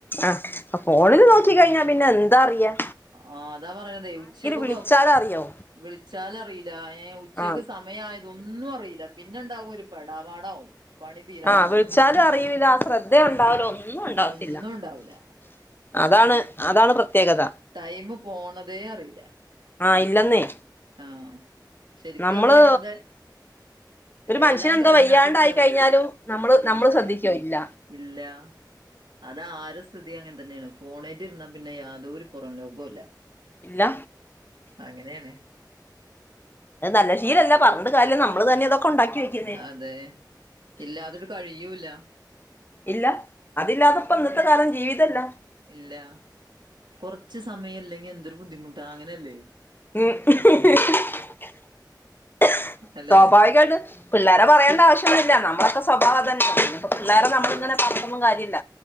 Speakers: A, on the left; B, on the right.
A: ആഹ ഫോണില് നോക്കിക്കഴിഞ്ഞാ പിന്നെ എന്താറിയാ
B: ആ അതാ പറയുന്നതേ ഉച്ചക്കൊക്കെ
A: വിളിച്ചാലും അറിയോ
B: വിളിച്ചാലറിയില്ല. ഏ ഉച്ചക്ക്
A: ആ
B: സ സമയായതൊന്നു അറീല പിന്നെ ഇണ്ടാവും ഒരു പെടാപാടാവും. പണി തീരാൻ
A: ആഹ്
B: വാണ്ടീട്ട്
A: വിളിച്ചാലു അറിയൂല ശ്രദ്ധ യുണ്ടാവുല ഒന്നു ഇണ്ടാവത്തില്ല.
B: ഒന്നും ഉണ്ടാവൂല
A: അതാണ്, അതാണ് പ്രത്യേകത.
B: ടൈം പോണതേ അറീല.
A: ആഹ് ഇല്ലെന്നേ
B: ആഹ് ശെരിക്കു
A: നമ്മള്
B: അത് നമ്മടെ
A: ഒരു മനുഷ്യന്
B: എല്ലാം
A: എന്തോ
B: കഴിഞ്ഞിട്ട്
A: വയ്യാണ്ടായി
B: ഇട്ക്ക്
A: കഴിഞ്ഞാലും
B: നല്ലത്
A: നമ്മള് നമ്മള്
B: ഇല്ലല്ല
A: ശ്രദ്ധിക്കോ ഇല്ല
B: ഇല്ലാ അത് ആര സ്ഥിതി അങ്ങൻ തന്നെയാണ് ഫോണേറ്റ് ഇര്ന്നാ പിന്നെ യാതൊരു പുറം ലോകവും ഇല്ല.
A: ഇല്ല
B: അങ്ങനെയാണ്.
A: അഹ് നല്ല ശീലല്ല. പറഞ്ഞിട്ട് കാര്യല്ല നമ്മള് തന്നെ ഇതൊക്കെ ഉണ്ടാക്കി വെയ്ക്കുന്നേ.
B: അതെ ഇല്ലാതൊട്ടു കഴിയൂല്ല.
A: ഇല്ല അതില്ലാതെ ഇപ്പ ഇന്നത്തെ കാലം ജീവിതല്ല.
B: ഇല്ല കൊറച്ച് സമയം ഇല്ലെങ്കി എന്തൊരു ബുദ്ധിമുട്ടാ അങ്ങനെ അല്ലേ
A: ഉം <unintelligible>
B: അല്ലെ
A: സ്വാഭാവികാണ്. പിള്ളേരെ പറയേണ്ട ആവശ്യൊന്നുല്ല നമ്മളൊക്കെ സ്വഭാവം അതെന്നെ യാണ് അപ്പൊ പിള്ളേരെ
B: ഉം
A: നമ്മളിങ്ങനെ
B: പിള്ള
A: പറഞ്ഞിട്ടൊന്നും കാര്യല്ല